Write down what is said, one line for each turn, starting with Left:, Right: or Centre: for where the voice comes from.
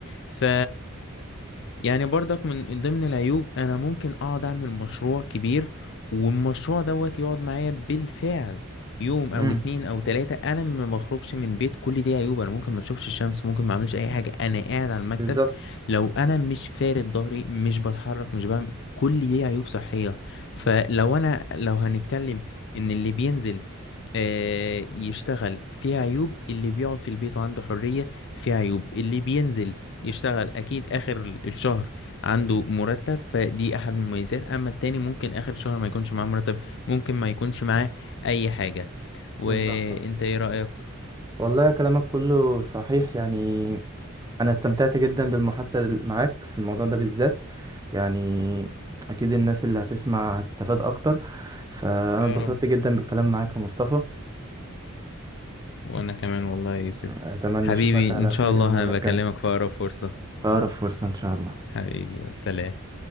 Left: ف يعني برضك من ضمن العيوب انا ممكن اقعد اعمل مشروع كبير والمشروع دوت يقعد معايا بالفعل يوم
Right: امم
Left: او اتنين او تلاتة انا ما بخرجش من بيت كل دي عيوب انا ممكن ما اشوفش الشمس ممكن ما اعملش اي حاجة انا قاعد على المكتب
Right: بالظبط
Left: لو انا مش فارد ظهري مش بتحرك مش بعمل كل دي عيوب صحية فلو انا لو هنتكلم ان اللي بينزل آه، يشتغل فيها عيوب اللي بيقعد في البيت وعنده حرية فيها عيوب اللي بينزل يشتغل اكيد اخر الشهر عنده مرتب فدي احد المميزات اما التاني ممكن اخر الشهر ما يكونش معاه مرتب ممكن ما يكونش معاه اي حاجة وانت
Right: بالظبط بالظبط.
Left: ايه رأيك
Right: والله كلامك كله صحيح يعني انا استمتعت جدا بالمحادثه معاك في الموضوع ده بالذات يعني اكيد الناس اللي هتسمع هتستفاد اكتر فانا
Left: يا
Right: اتبسطت
Left: رب
Right: جدا بالكلام معاك يا مصطفى
Left: وانا كمان والله يا يوسف
Right: اتمنى
Left: حبيبي
Right: اشوفك على
Left: ان شاء
Right: خير
Left: الله
Right: المره
Left: انا بكلمك
Right: الجايه
Left: في اقرب فرصة
Right: في اقرب فرصه ان شاء الله
Left: حبيبي يا سلام